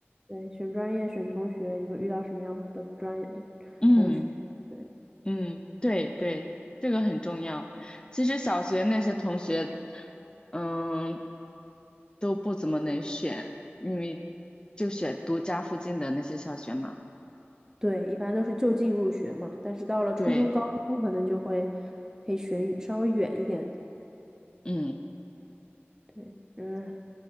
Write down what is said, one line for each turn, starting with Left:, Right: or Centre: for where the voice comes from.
Right: 对，选专业、选同学，你会遇到什么样的专业的同学？
Left: 嗯
Right: 对
Left: 嗯，对对，这个很重要。其实小学那些同学，嗯，都不怎么能选，因为就选读家附近的那些小学嘛。
Right: 对，一般都是就近入学嘛，但是到了初中、
Left: 对。
Right: 高中，可能就会可以选稍微远一点的。
Left: 嗯，
Right: 对，嗯，